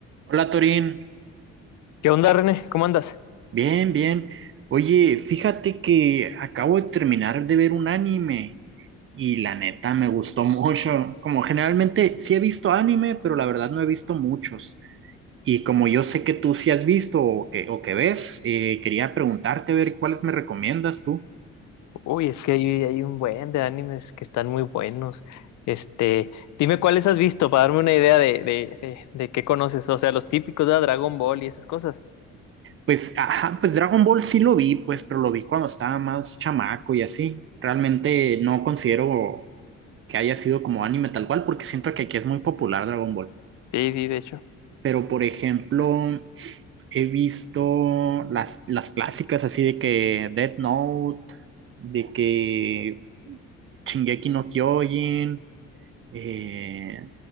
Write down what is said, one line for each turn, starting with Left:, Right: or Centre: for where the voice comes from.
Right: Hola Torín,
Left: ¿Qué onda, René? ¿Cómo andas?
Right: bien, bien. Oye, fíjate que acabo de terminar de ver un anime y la neta me gustó <laughs> mucho. Como generalmente sí he visto anime, pero la verdad no he visto muchos. Y como yo sé que tú sí has visto o que, o que ves, eh, quería preguntarte a ver cuáles me recomiendas tú.
Left: Uy, es que hay, hay un buen de animes que están muy buenos. Este, dime cuáles has visto para darme una idea de, de, de, de qué conoces. O sea, los típicos de Dragon Ball y esas cosas.
Right: Pues, ajá, pues Dragon Ball sí lo vi, pues, pero lo vi cuando estaba más chamaco y así. Realmente no considero que haya sido como anime tal cual, porque siento que aquí es muy popular Dragon Ball.
Left: Sí, sí, de hecho.
Right: pero por ejemplo, he visto las, las clásicas así de que Death Note, de que Shingeki no Kyojin, eh,